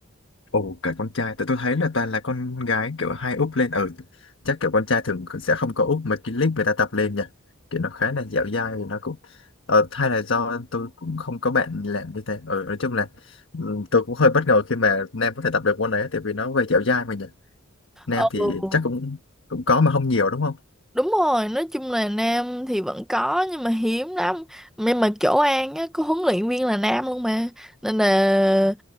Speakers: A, on the left; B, in the centre.
A: Ồ, cả con trai, tại tôi thấy là toàn là con gái kiểu hay úp lên, ừ, chắc kiểu con trai thường sẽ không có úp mấy cái clip người ta tập lên nha, kiểu nó khá là dẻo dai, thì nó cũng, ờ, hay là do tôi cũng không có bạn làm như thế, ừ, nói chung là ừ, tôi cũng hơi bất ngờ khi mà nam có thể tập được môn đấy, tại vì nó về dẻo dai mà nhỉ, nam
B: ừ
A: thì chắc cũng cũng có mà không nhiều đúng không?
B: đúng rồi nói chung là nam thì vẫn có nhưng mà hiếm lắm nhưng mà chỗ An á có huấn luyện viên là nam luôn mà nên là